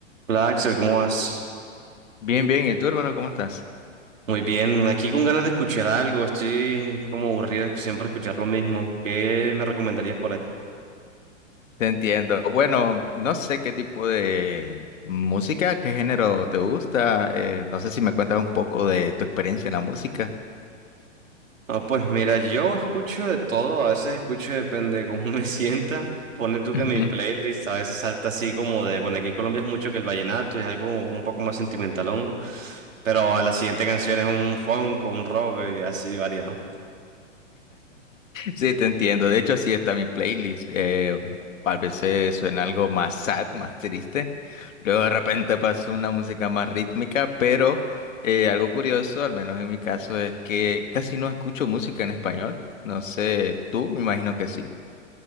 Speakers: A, on the right; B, on the left.
A: Hola Axel, ¿cómo vas?
B: Bien, bien. ¿Y tú, hermano, cómo estás?
A: Muy bien, aquí con ganas de escuchar algo, estoy como aburrido de siempre escuchar lo mismo. ¿Qué me recomendarías por ahí?
B: Te entiendo. Bueno, no sé qué tipo de música, qué género te gusta. eh, no sé si me cuentas un poco de tu experiencia en la música.
A: Ah, pues mira, yo escucho de todo, a veces escucho depende de cómo <laughs> me sienta. Pone tú que
B: <laughs>
A: mi playlist a veces salta así como de, bueno, aquí en Colombia es mucho que el vallenato y algo un poco más sentimentalongo, pero a la siguiente canción es un funk o un rock y así variado.
B: Sí, te entiendo. De hecho, así está mi playlist. eh, a veces suena algo más sad, más triste. Luego de repente pasa una música más rítmica, pero eh, algo curioso, al menos en mi caso, es que casi no escucho música en español. No sé, tú, me imagino que sí.